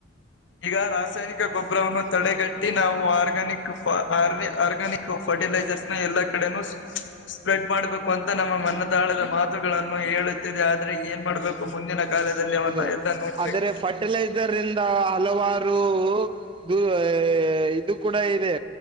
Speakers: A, on the left; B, on the right.
A: ಈಗ ರಾಸಾಯನಿಕ ಗೊಬ್ಬರವನ್ನು ತಡೆಗಟ್ಟಿ ನಾವು ಆರ್ಗ್ಯಾನಿಕ್ ಫ ಆರ್ಗ್ಯಾನಿಕ್ ಫರ್ಟಿಲೈಸರ್ಸ್ ಎಲ್ಲಾ ಕಡೆನೂ ಸ್ಪ್ರೆಡ್ ಮಾಡ್ಬೇಕು ಅಂತ ನಮ್ಮ ಮನದಾಳದ ಮಾತುಗಳನ್ನು ಹೇಳುತ್ತಿದೆ ಆದ್ರೆ ಏನ್ ಮಾಡ್ಬೇಕ್ ಮುಂದಿನ ಕಾಲದಲ್ಲಿ ಅವ್ರನ್ನ
B: ಅದೇ
A: ಎಲ್ಲಾ ನೋಡ್ಬೇಕು.
B: ಆದರೆ ಫರ್ಟಿಲೈಸರ್ ಇಂದ ಹಲವಾರು ದು ಇದು ಕೂಡ ಇದೆ.